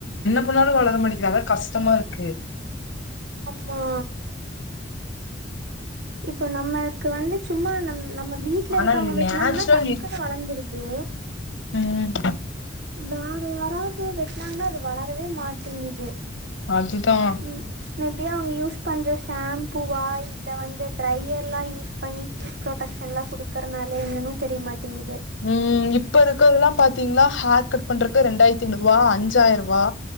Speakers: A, on the left; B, on the right.
A: ன்னாலு வளரமாட்டிக்கிறாங்க கஷ்டமாருக்கு
B: மா இப்போ நம்மளுக்கு வந்து சும்மா நம் நம்ம வீட்ல
A: ஆனா
B: இருக்காங்க
A: இது
B: வெட்னாங்கன்னா
A: நேச்சுரல்
B: டக்குன்னு வளர்ந்துருது
A: உம்
B: வேற யாராவது வெட்னாங்கன்னா அது வளரவே மாட்டிங்கிது
A: அதுதா
B: ம் மேபி அவுங்க யூஸ் பண்ற ஷேம்பூவா இல்ல வந்து ட்ரையர்லா யூஸ் பண்ணி ஹீட் ப்ரொடக்ஷன்லா குடுக்குறனால என்னென்னு தெரியமாட்டேங்
A: உம் இப்ப இருக்கரதெல்லா பாத்தீங்னா ஹேர் கட் பண்றக்கு ரெண்டாயிரத்தி ஐநூறுவா அஞ்சாயிருவா